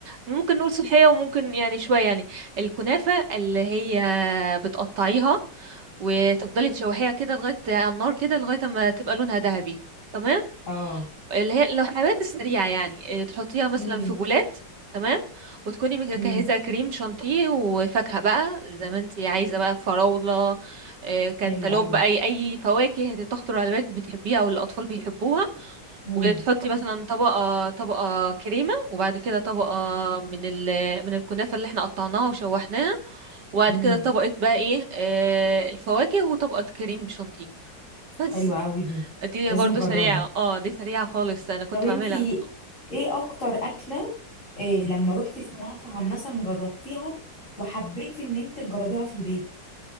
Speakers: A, on the right (about 70°); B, on the left (about 40°).
A: ممكن نقول صحيه وممكن يعني شويه يعني الكنافه اللي هي بتقطعيها وتفضلي تشوحيها كده لغايه على النار كده لغايه ما تبقى لونها ذهبي تمام
B: اه
A: اللي هي الحلويات السريعة يعني إيه، تحطيها مثلا
B: امم
A: في بولات تمام وتكوني مجهزة
B: امم
A: كريم شانتيه وفاكهة بقى زي ما انتي عايزة بقى فراولة إيه، كانتالوب
B: حلو قوي
A: أي أي فواكه هتخطر على بالك بتحبيها أو الأطفال بيحبوها
B: امم
A: وتحطي مثلا طبقة طبقة كريمة وبعد كده طبقة من ال من الكنافة اللي احنا قطعناها وشوحناها وبعد
B: امم
A: كده طبقة بقى ايه آه الفواكه وطبقة كريم شانتيه بس
B: حلو قوي دي
A: دي
B: لازم
A: برضو
B: اجربها
A: سريعة اه دي سريعة خالص انا كنت
B: طب انتي
A: بعملها
B: ايه اكتر اكله إيه لما روحتي في مطعم مثلا جربتيها وحبيتي ان انت تجربيها في البيت